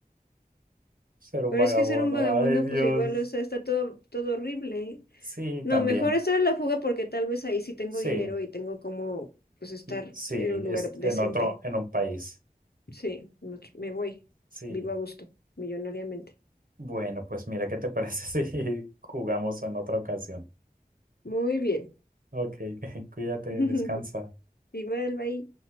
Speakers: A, on the right; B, on the left.
A: Ser un
B: Pero
A: vagabundo.
B: es que ser un vagabundo,
A: Ay, Dios.
B: pues igual, o sea, está todo, todo horrible.
A: Sí,
B: No,
A: también.
B: mejor estar en la fuga porque tal vez ahí sí tengo
A: Sí,
B: dinero y tengo como, pues, estar
A: y- sí,
B: en un lugar
A: es
B: decente.
A: en otro, en un país.
B: Sí, no, me voy.
A: Sí.
B: Vivo a gusto, millonariamente.
A: Bueno, pues mira, ¿qué te parece <laughs> si jugamos en otra ocasión?
B: Muy bien.
A: Ok, <laughs> cuídate,
B: <laughs>
A: descansa.
B: Igual, bye.